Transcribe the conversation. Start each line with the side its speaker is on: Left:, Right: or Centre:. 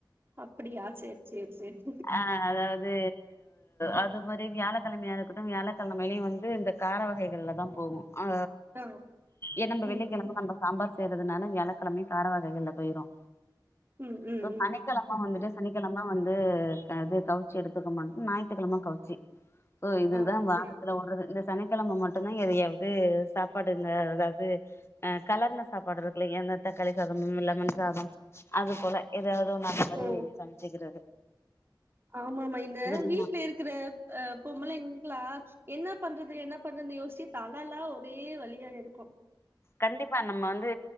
Right: அப்டியா சேரி சேரி சேரி
Left: ஆ அதாவ அது அது மாரி வியாழக்கெழமையா இருக்கட்டும் வியாழக்கெழமையிலயும் வந்து இந்த கார வகைகள்ல தான் போகும் ஆ
Right: ஆ
Left: ஏன் நம்ப
Right: ம்
Left: வெள்ளிக்கெழம
Right: ம்
Left: நம்ப சாம்பார் செய்யறதுனால வியாழக்கெழமை கார வகைகள்ள போயிடும்
Right: ம் ம்
Left: சோ
Right: ம்
Left: சனிக்கெழம
Right: அப்டியா
Left: வந்துட்டு சனிக்கெழம வந்து அது கவிச்சி எடுத்துக்க மாட்டோ ஞாயி்ட்டுக்கெழம கவிச்சி ஓ இதுதான்
Right: ஆ
Left: வாரத்துல
Right: சேரி
Left: ஓறது ரெண்டு சனி வெள்ளி கெழம மட்டும்தான் எதயாவது சாப்பாடுங்க அதாவது் கலந்த சாப்பாடு இருக்குல்ல எந்த தக்காளி சாதமும் லெமன் அது போல ஏதாவது நான் அந்த மாதிரி
Right: ஓ
Left: சமச்சிக்கிறது
Right: ஆமாமா இந்த
Left: நம்ம
Right: வீட்ல இருக்கிற அ பொம்பலைங்களா என்ன பண்றது என்ன பண்றது யோஸிச்சி தலாலா ஒரே வளியா இருக்கோ
Left: கண்டிப்பா நம்ம வந்து